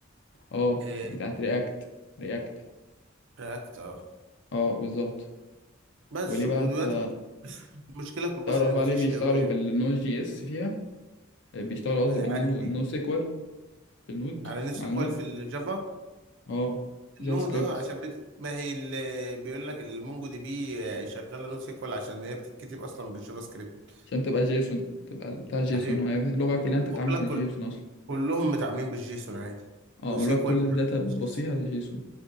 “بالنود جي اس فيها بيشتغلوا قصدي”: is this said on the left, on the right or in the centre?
Left